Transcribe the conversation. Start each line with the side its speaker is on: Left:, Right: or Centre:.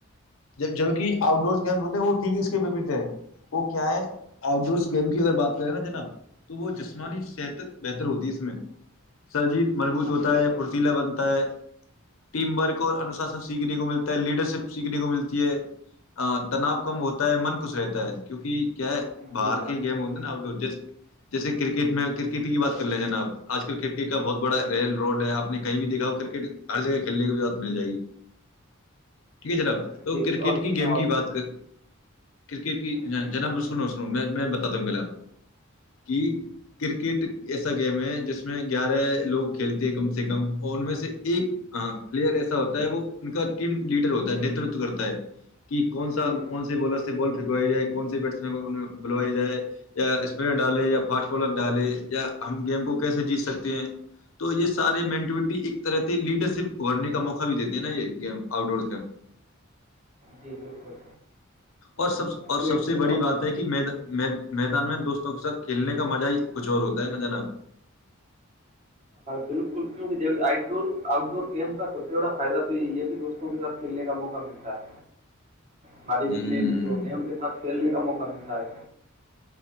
Left: جب جبک آؤٹ ڈور گیم ہوتے ہیں وہ ٹھیک ہے اس کے پپریت ہے وہ کیا ہے آؤٹ ڈورس گیم کی اگر بات کریں نا جناب تو وہ ج جسمانی صحت بہتر ہوتی ہے اس میں سر جی مضبوط
Right: ہاں
Left: ہوتا
Right: جی بالکل
Left: ہے پھرتیلا بنتا ہے ٹیم ورک اور انوشاسن سیکھنے کو ملتا ہے لیڈر شپ سیکھنے کو ملتی ہے تناؤ کم ہوتا ہے من خوش رہتا ہے کیونکہ کیا ہے باہر
Right: جی جناب
Left: کی
Right: بالکل
Left: گیم ہوی نا آؤٹ ڈور جیسے کرکٹ میں کرکٹ کی بات کر لیں جناب آج کل کرکٹ کا بہت بڑا رول ہے آپ نے کہیں بھی دیکھا ہو کرکٹ ہر جگہ کھیلنے کی بھی بات مل جائے گی ٹھیک ہے جناب تو
Right: دیکھیے
Left: کرکٹ
Right: اور
Left: کی گیم
Right: اور-
Left: کی بات کر کرکٹ کی
Right: ہوں،
Left: جنا
Right: ہوں،
Left: م میں پہل آپ کو کہ کرکٹ ایسا گیم ہے جس میں گیارہ لوگ کھیلتے ہیں کم سے کم اور ان سے ایک ہ پلیئر ایسا ہوتا ہے وہ ان کا ٹیم لیڈر ہوتا ت کرتا ہے کہ کون سا
Right: ہوں،
Left: کون سے بالر سے بال پنکوائی جائے کون سے بیٹ بلو جائے یاپنر ڈالے یا فسٹ بالر ڈالے یا ہم گیم کو کیسے جیت سکتے ہیں تو یہ سارے مینٹٹی ایک طرح لیڈر شپ اگڑنے کا موقع بھی دیتے ہیں نا یہ گم آؤٹ ڈور
Right: جی بالکل
Left: اور سب اور
Right: دیکھیے
Left: سب سے بڑی
Right: اور
Left: بات ہے کہید میدان میں دوستوں تو ساتھ کھیلنے کا مزہ ہی کچھ اور ہوتا ہے نا جناب
Right: بالکل کیوںک د آٹ ڈور آؤٹ ڈور گیم کا سب سے بڑا فائدہ تو یہی ہے کہ دوستوں کے ساتھ کھیلنے کا موقع ملتا ہے ہمارے
Left: ہوں
Right: جتنے متر ہوتے ہیں ان کے ساتھ کھیلنے کا موقع پنتا ہے